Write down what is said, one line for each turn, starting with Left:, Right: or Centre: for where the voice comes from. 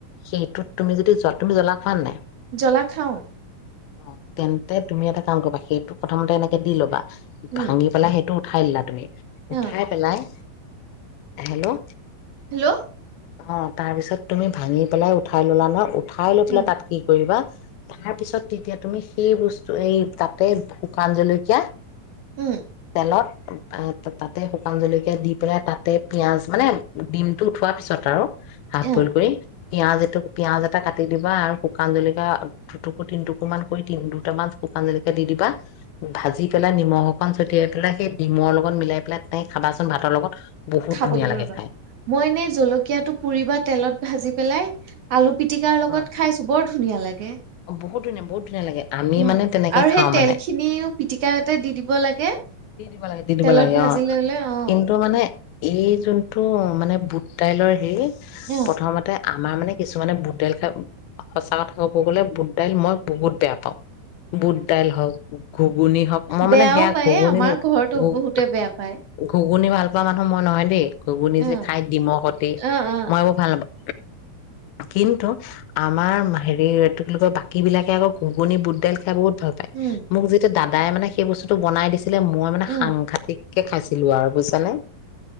Left: সেইটোত তুমি যদি জ- তুমি জ্বলা <unintelligible>
Right: জ্বলা খাওঁ।
Left: অ' তেন্তে তুমি এটা কাম কৰিবা। সেইটো প্ৰথমতে এনেকে দি ল'বা
Right: উম
Left: ভাঙি পেলা সেই তো উঠাই দিলা তুমি
Right: অ
Left: উঠাই পেলাই হেল্ল'?
Right: হেল্ল'?
Left: অ' তাৰ পিছত তুমি ভাঙি পেলাই উঠাই ল'লা ন'? উ খাই লৈ পেলাই
Right: অ
Left: তাত কি কৰিবা তাৰ পিছত তেতিয়া তুমি সেই বস্তু এই তাতে শুকান জলকীয়া
Right: উম
Left: তেলত আ- ত- তাতে শুকান জলকীয়া দি পেলাই তাতে পিঁয়াজ মানে, ডিমটো উঠোৱাৰ পিছত আৰু। হাফ
Right: অ
Left: বইল কৰি পিয়াজ এটো- পিয়াজ এটা কাটি দিবা আৰু শুকান জলকীয়া দুটুকুৰ- তিনটুকুৰমান কৰি তিন- দুটামান শুকান জলকীয়া দি দিবা। ভাজি পেলাই নিমখ অকণ ছটিয়াই পেলাই সেই ডিমৰ লগত মিলাই পেলাই তেনেতে খাবাচোন ভাতৰ লগত। বহুত
Right: খাব
Left: ধুনীয়া
Right: লাগিব
Left: লাগে
Right: ৰ'বা।
Left: খাই
Right: মই নে জলকীয়াটো পুৰি বা তেলত ভাজি পেলাই আলু পি পিতিকাৰ লগত
Left: অ
Right: খাইছোঁ। বৰ ধুনীয়া লাগে। উম
Left: অ', বহুত ধুনীয়া বহুত ধুনীয়া লাগে আমি মানে তেনেকে
Right: আৰু
Left: খাওঁ
Right: সেই তেলখিনিও
Left: মানে
Right: পিটিকাতে দি দিব লাগে।
Left: দি দিব লাগে- দি দিব
Right: তেলত
Left: লাগে,
Right: ভাজি
Left: অ'।
Right: ললে অ
Left: কিন্তু মানে এই যোনটো মানে বুট-দাইলৰ হেৰি
Right: অ
Left: প্ৰথমতে আমাৰ মানে কিছুমানে বুট দাইল খাই- সঁচা কথা কব গ'লে, বুট দাইল মই বহুত বেয়া পাওঁ। বুট-দাইল হওঁক, ঘুগুনী হওঁক, মই
Right: বেয়াও
Left: মানে সেয়া
Right: পায়
Left: ঘুগুনি-
Right: আমাৰ ঘৰতো
Left: ঘু-
Right: বহুতে বেয়া পায়
Left: ঘুগুনি ভাল <unintelligible> মানুহ মই নহয় দেই। ঘুগুনিযে
Right: অ
Left: খায় ডিমৰ সতে,
Right: অ অ
Left: মই এইবোৰ ভাল নাপাওঁ। কিন্তু আমাৰ হেৰি- ইটো কি বুলি কয়- বাকী বিলাকে আকৌ ঘুগুনি, বুট-দাইল খাই বহুত ভাল পায়।
Right: উম
Left: মোক যেতিয়া দাদাই মানে সেই বস্তুটো বনাই দি মই মানে
Right: অ
Left: সাংঘাতিক কে খাইছিলো আৰু বুইছা নে?